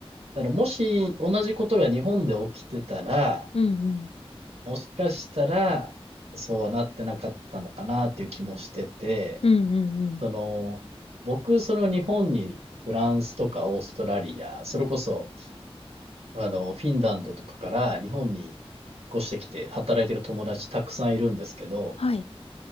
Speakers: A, on the right (about 80°); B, on the left (about 70°).
A: だからもし同じことが日本で起きてたら、
B: うん。
A: もしかしたら、そうはなってなかったのかなっていう気もしてて、
B: うん。うん。うん。うん
A: その、僕、その日本にフランスとかオーストラリア、それこそ、あの、フィンランドとかから日本に引っ越してきて働いてる友達たくさんいるんですけど、
B: はい。